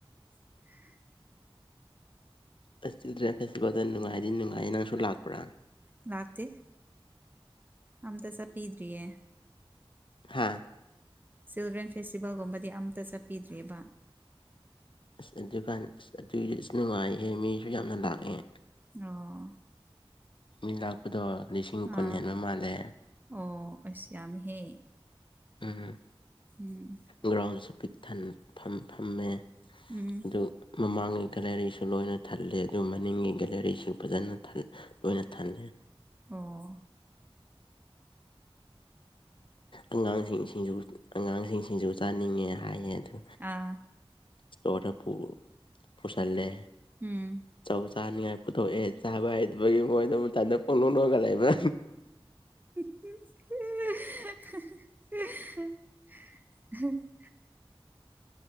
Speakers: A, on the right; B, on the left.
A: <inaudible>
B: ꯑꯁ ꯆꯤꯜꯗ꯭ꯔꯦꯟ ꯐꯦꯁꯇꯤꯚꯦꯜꯗ ꯅꯨꯡꯉꯥꯏꯗꯤ ꯅꯨꯡꯉꯥꯏꯌꯦ ꯅꯪꯁꯨ ꯂꯥꯛꯄ꯭ꯔꯥ
A: ꯂꯥꯛꯇ ꯑꯝ ꯇ ꯁ ꯄꯗ꯭ꯔꯤꯌꯦꯦ
B: ꯍꯥꯥ
A: ꯆꯤꯜꯗ꯭ꯔꯦꯟ ꯐꯦꯁꯇꯤꯚꯦꯜꯒꯨꯝꯕꯗꯤ ꯑꯝꯇ ꯆꯠꯄꯤꯗ꯭ꯔꯤꯑꯕ
B: ꯑꯁ ꯑꯗꯨꯀꯥꯟ ꯑꯁ ꯑꯗꯨꯏꯗꯤ ꯑꯁ ꯅꯨꯡꯉꯥꯏꯍꯦ ꯃꯤꯁꯨ ꯌꯥꯝꯅ ꯂꯥꯛꯑꯦ
A: ꯑꯣ
B: ꯃꯤ ꯂꯥꯛꯄꯗꯣ ꯂꯤꯁꯤꯡ ꯀꯨꯟ
A: ꯑꯥ
B: ꯍꯦꯟꯕ ꯃꯥꯜꯂꯦ
A: ꯑꯣ ꯑꯁꯤꯁꯃꯤꯍꯦ
B: ꯎꯝ
A: ꯎꯝ
B: ꯒ꯭ꯔꯥꯎꯟꯗꯁꯨ ꯄꯤꯛ ꯊꯟ ꯐ ꯐꯝꯃꯦ
A: ꯎꯝ
B: ꯑꯗꯨ ꯃꯃꯥꯡꯒꯤ ꯒꯦꯂꯔꯤꯁꯨ ꯂꯣꯏꯅ ꯊꯜꯂꯦ ꯑꯗꯨ ꯃꯅꯤꯡꯒꯤ ꯒꯦꯂꯔꯤꯁꯨ ꯐꯖꯅ ꯇꯣꯏꯅ ꯊꯥꯟꯗꯦ
A: ꯑꯣ
B: ꯑꯉꯥꯡꯁꯤꯡꯁꯤꯁꯨ ꯑꯉꯥꯡꯁꯤꯡꯁꯤꯁꯨ ꯆꯥꯅꯤꯡꯉꯦ ꯍꯥꯏꯌꯦ ꯑꯗꯨ
A: ꯑꯥ
B: ꯁꯇꯣꯔ ꯄ ꯄꯁꯂꯦ
A: ꯎꯝ
B: ꯆꯧ ꯆꯥꯅꯤꯡꯉꯥꯏ ꯄꯨꯊꯣꯛꯑꯦ ꯆꯥꯕ ꯍꯩꯕꯒꯤ ꯃꯣꯏꯗ ꯃꯇꯝꯥꯏꯗ ꯄꯣꯛꯣꯛꯅꯒ ꯂꯩꯕ
A: <inaudible>